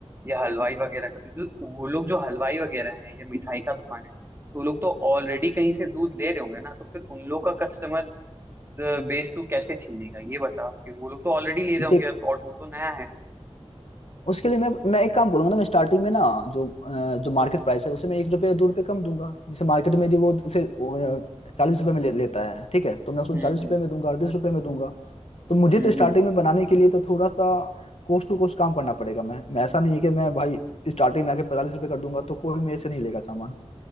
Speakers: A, on the right; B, on the left.
A: या हलवाई वगैरह का तो जो वो लोग जो हलवाई वगैरह है या मिठाई का दुकान है तो वो लोग तो ऑलरेडी कहीं से दूध ले रहे होंगे ना तो फिर उन लोग का कस्टमर बेस तू कैसे छीनेगा ये बता कि वो लोग तो ऑलरेडी ले रहे
B: देख
A: होंगे और तू तो नया है
B: उसके लिए मैं मैं एक काम करूंगा ना मैं स्टार्टिंग में ना जो अ, जो मार्केट प्राइस है उसे मैं एक रुपये दो रुपये कम दूंगा जैसे मार्केट में यदि वो उसे चालीस रुपये में ले लेता है ठीक है तो मैं उसको
A: हम्म
B: चालीस रुपये में दूंगा अड़तीस रुपये में दूंगा तो मुझे
A: हम्म
B: तो स्टार्टिंग में बनाने के लिए तो थोड़ा सा कोस्ट टू कोस्ट काम करना पड़ेगा मैं मैं ऐसा नहीं है कि मैं भाई स्टार्टिंग में आके पैंतालीस रुपये कर दूंगा तो कोई मेरे से नहीं लेगा सामान